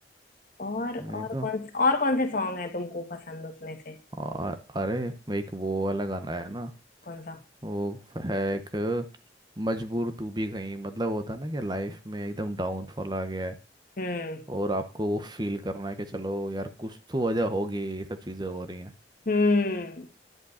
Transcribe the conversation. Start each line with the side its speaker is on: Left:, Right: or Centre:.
Left: और
Right: नहीं
Left: और
Right: तो
Left: कौन से और कौन से सॉन्ग है तुमको पसंद उसमें से
Right: और अरे वो एक वो वाला गाना है ना
Left: कौन सा
Right: वो है एक मजबूर तू भी कहीं मतलब होता है ना कि लाइफ में एकदम डाउनफॉल आ गया है
Left: हम्म
Right: और आपको वो फील करना है कि चलो यार कुछ तो वजह होगी ये सब चीज़ें हो रही हैं
Left: हम्म